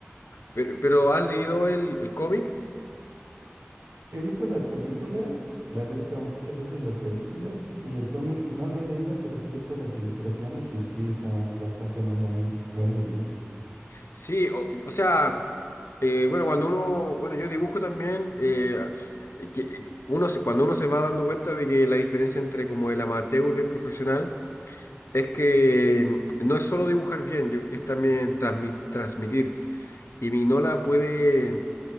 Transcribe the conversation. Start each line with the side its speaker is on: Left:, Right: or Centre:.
Left: Pero, pero ¿has leído el, el cómic?
Right: He visto las películas, las he visto muchas veces las películas y el cómic no lo he leído, pero sí he visto las ilustraciones y sí están bastante en un buen, buen nivel.
Left: Sí, o, o sea, eh, bueno, cuando uno, bueno, yo dibujo también, eh, eh, que eh, uno se- cuando uno se va dando cuenta de que la diferencia entre como el amateur y el profesional es que mm, no es solo dibujar bien, yo- es también transmi- transmitir. Y Mignola puede